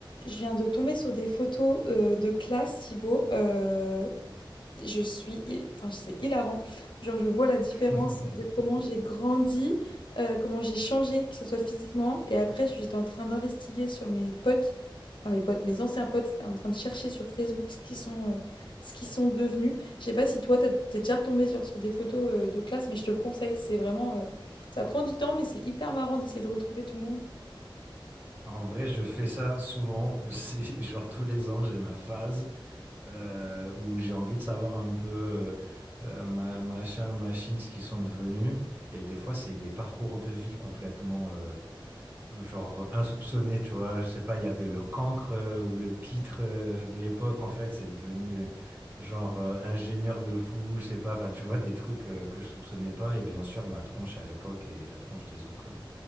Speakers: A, on the left; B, on the right.
A: Je viens de tomber sur des photos euh, de classe, Thibaut. Euh, je suis, hi- enfin, c'est hilarant. Genre, je vois la différence
B: <laughs>
A: de comment j'ai grandi, euh, comment j'ai changé, que ce soit physiquement. Et après, j'étais en train d'investiguer sur mes potes, enfin mes potes, mes anciens potes, en train de chercher sur Facebook ce qu'ils sont, euh, ce qu'ils sont devenus. Je sais pas si toi, t'as- t'es déjà retombé sur, sur des photos euh, de classe, mais je te le conseille. C'est vraiment, euh, ça prend du temps, mais c'est hyper marrant d'essayer de retrouver tout le monde.
B: En vrai, je fais ça souvent. <laughs> C'est genre tous les ans, j'ai ma phase euh, où j'ai envie de savoir un peu euh, euh, ma machin, machine, ce qu'ils sont devenus. Et des fois, c'est des parcours de vie complètement euh, genre insoupçonnés, tu vois. Je sais pas, il y avait le cancre euh, ou le pitre euh, de l'époque, en fait, c'est devenu genre euh, ingénieur de fou, je sais pas. Enfin, tu vois, des trucs euh, que je soupçonnais pas. Et bien sûr, ma tronche à l'époque et la tronche des autres. euh,